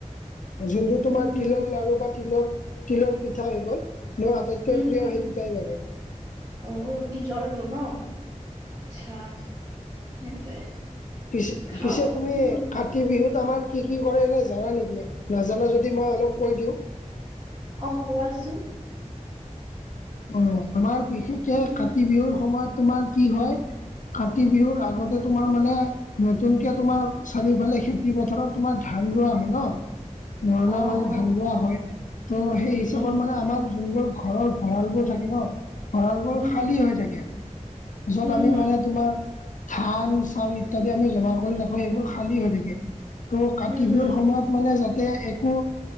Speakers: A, on the left (about 75°); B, on the right (about 30°).
A: যোনটো তোমাৰ
B: হম হম
A: তিলৰ লাৰু বা তিলৰ-তিলৰ পিঠা হৈ গ'ল মোৰ আটাইতকৈ
B: হম
A: প্ৰিয়
B: হম
A: সেইটো দুটাই লাগে
B: অ তিলৰটো ন? আচছা সেইটোৱে
A: পিছে-পিছে
B: খাও
A: তুমি
B: উম
A: কা কাতি বিহুত আমাৰ কি কি কৰে এনে জানা নেকি? নাজানা যদি মই অলপ কৈ দিওঁ
B: অ' কোৱাচোন
A: অ আমাৰ বিশেষকে
B: উম
A: কাতি বিহুৰ সময়ত তোমাৰ কি হয় কাতি বিহুৰ
B: উম
A: আগতে তোমাৰ মানে নতুনকে তোমাৰ চাৰিওফালে খেতি পথাৰত তোমাৰ ধান ৰোৱা হয় ন মৰণা
B: অ
A: মাৰি
B: অ
A: ধান ৰোৱা হয় ত' সেই হিচাপত
B: উম,
A: মানে আমাৰ যোনবোৰ ঘৰত ভঁৰালবোৰ থাকে ন ভৰালবোৰ
B: উম,
A: খালী হৈ থাকে য'ত
B: উম,
A: আমি
B: হুম,
A: মানে তোমাৰ ধান, চাউল ইত্যাদি আমি জমা কৰি ৰাখো সেইবোৰ খালী হৈ থাকে ত' কাতি
B: উম, হুম,
A: বিহুৰ সময়ত মানে যাতে এ কু